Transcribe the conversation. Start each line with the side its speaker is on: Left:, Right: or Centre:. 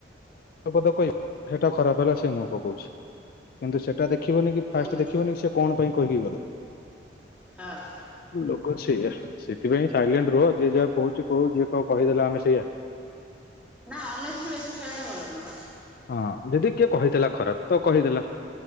Left: ପଦ କହିବ ସେଟା ଖରାପ ହେଲା ସେ ମୁଁହ ପକଉଛି କିନ୍ତୁ ସେଟା ଦେଖିବନି କି।
Centre: ହୁଁ
Left: ଫାଷ୍ଟ ଦେଖିବନି ସେ କଣ ପାଇଁ କହିକି ଗଲା।
Centre: ହଁ।
Left: ଲୋଗ ସେଇଆ। ସେଥିପାଇଁ ସାଇଲେଣ୍ଟ ରୁହ ଯିଏ ଯାହା କହୁଛି କହୁ ଯିଏ କଁ କହିଦେଲା ଆମେ ସେଇଆ।
Centre: ନା ଅନେସିଲି ବେଶୀ ସହିବାଟା ଭଲ ନୁହଁ ବା।
Left: ହଁ ଯଦି କିଏ କହିଦେଲା ଖରାପ ତ କହିଦେଲା।